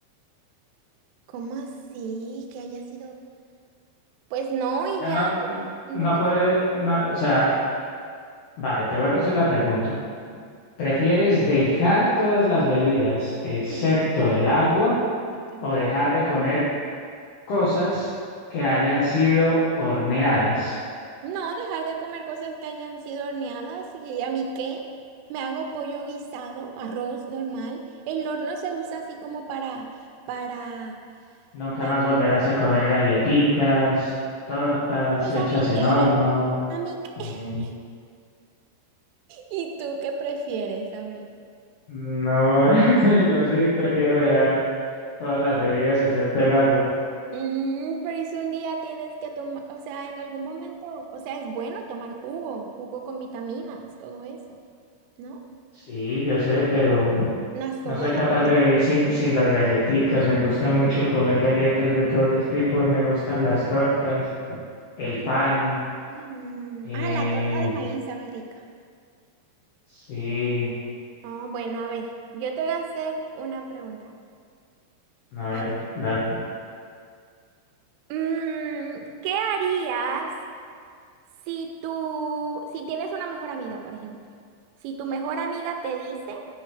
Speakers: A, on the right; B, on the left.
A: ¿Cómo así? Que haya sido. Pues no, y
B: Ya
A: ya
B: no,
A: no,
B: no
A: no me
B: puede, no, o sea, vale, te vuelvo a hacer la pregunta. ¿Prefieres dejar todas las bebidas excepto
A: complican.
B: el agua
A: acéptala.
B: o dejar de comer cosas que hayan sido horneadas?
A: No, dejar de comer cosas que hayan sido horneadas. ¿Y a mí qué? Me hago pollo guisado, arroz normal. El horno se usa así como para, para,
B: Nunca
A: para.
B: más volverás a comer galletitas, tortas
A: Pues
B: hechas
A: a mí
B: en
A: qué,
B: horno.
A: A mí, qué-
B: eh,
A: <laughs> ¿y tú qué prefieres? A ver.
B: no, <laughs> yo sí prefiero dejar todas las bebidas excepto el agua.
A: Mm, pero ¿y si un día tienes que tomar, o sea, en algún momento, o sea, es bueno tomar jugo, jugo con vitaminas, todo eso, ¿no?
B: Sí, yo sé, pero
A: Una soda.
B: no soy capaz
A: un
B: de
A: líquido.
B: vivir sin, sin las galletitas. Me gusta mucho comer galletas de todos los tipos, me gustan las tortas, el
A: Ay,
B: pan.
A: ay, no, no, no.
B: Eh,
A: Ah, la torta de maíz sabe rica.
B: sí,
A: Ah, bueno, a ver, yo te voy a hacer una pregunta.
B: a ver,
A: A ver,
B: dale.
A: mm, ¿qué harías si tú, si tienes una mejor amiga, por ejemplo? Si tu mejor amiga te dice